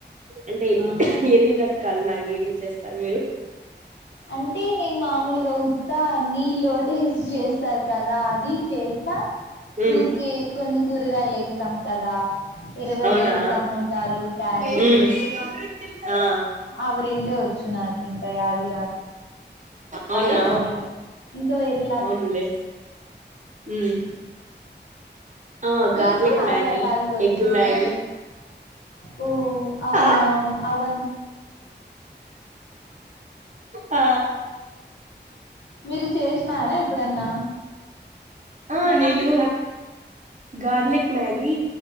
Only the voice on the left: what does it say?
ఆ
అంటే నేను మామూలుగా ఉత్తా నీళ్ళోటేసి చేస్తారు కదా అది చేస్తా
ఊరికే కొన్ని కూరగాయలు వేస్తాం కదా ఎర్రగడ్డలు
ట మోటాలు క్యారెట్
అవి రెండే వచ్చు నాకు ఇంకా య
అవే కండి ఇంకా వేరల
మీకు
చాల
రకాలుగా ఒచ్చు
ఓ అవునవును
అవ
మీరు చేసినారా ఎప్పుడన్నా